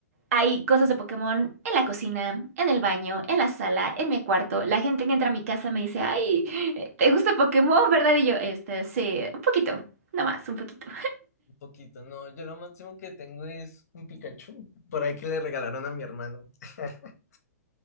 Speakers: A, on the right; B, on the left.
A: Hay cosas de Pokémon en la cocina, en el baño, en la sala, en mi cuarto. La gente que entra a mi casa me dice, ay, eh, ¿te gusta Pokémon, verdad? Y yo, este, sí, un poquito, nada más, un poquito.
B: Un poquito, no, yo lo máximo que tengo es un Pikachu, por ahí que le regalaron a mi hermano. <laughs>